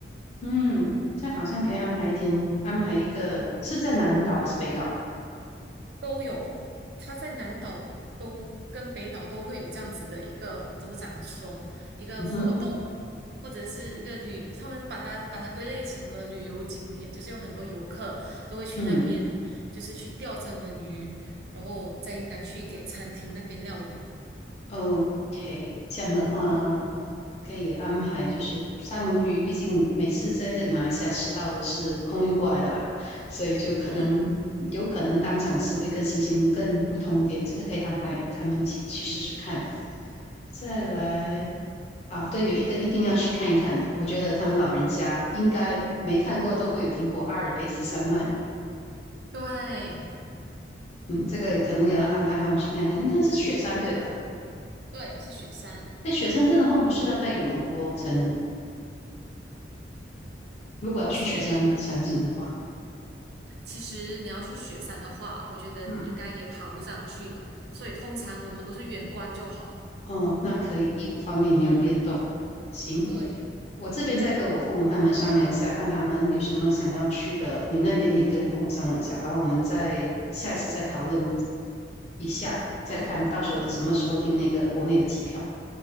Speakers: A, on the left (about 35°); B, on the right (about 60°).
A: 嗯，这样好像可以安排一天，安排一个是在南岛还是北岛啊？
B: 都有，它在南岛都跟北岛都会有这样子的一个怎么讲说一个活动，
A: 嗯哼，
B: 或者是一个旅，他们把它把它归类成了旅游景点，就是有很多游客都会去那边，
A: 嗯，
B: 就是去钓三文鱼，然后再拿去给餐厅那边料理。
A: OK，这样的话可以安排，
B: 嗯
A: 就是三文鱼，毕竟每次在这里马来西亚吃到的是空运过来的吧，所以就可能有可能当场吃会更新鲜、
B: 嗯，
A: 更不同一点，这个可以安排他们一起去试试看。再来啊，对，有一个一定要去看一看的，我觉得他们老人家应该没看过都会有听过阿尔卑斯山脉，
B: 对，
A: 嗯，这个可能也要安排他们去看一看，应该是雪山对吧？
B: 对，是雪山。
A: 哎，雪山镇的话不是要带羽绒服哦才能。如果要去雪山场景的话，
B: 可是其实你要去雪山的话，我觉得应该也爬不上去了，
A: 嗯，
B: 所以通常我们都是远观就好了。
A: 哦，那可以，衣服方面没有变动。
B: 嗯。
A: 行，
B: 对，
A: 我这边再跟我父母他们商量一下，看他们有什么想要去的。你那边也跟你父母商量一下，然后我们再下一次再讨论一下，再看到时候什么时候订那个国内的机票。
B: 嗯嗯，